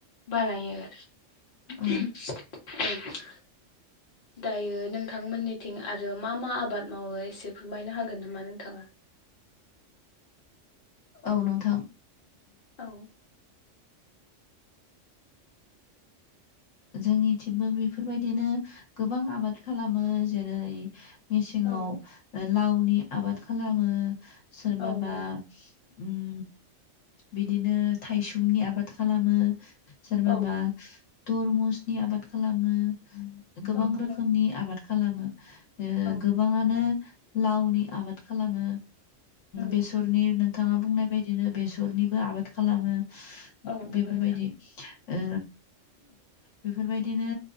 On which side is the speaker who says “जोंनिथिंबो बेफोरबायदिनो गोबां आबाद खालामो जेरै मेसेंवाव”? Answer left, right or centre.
Left